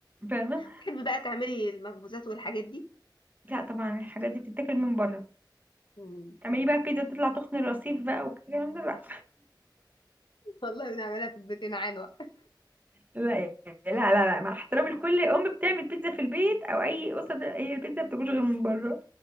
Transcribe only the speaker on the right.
فاهمه
لا طبعا الحاجات دي بتتاكل من بره
تعملي بقى بيتزا تطلع تخن الرصيف بقى والكلام ده لا
لا لا لا لا مع احترامي لكل ام بتعمل بيتزا في البيت او اي اسره بت- هي البيتزا ما بتاكلش غير من بره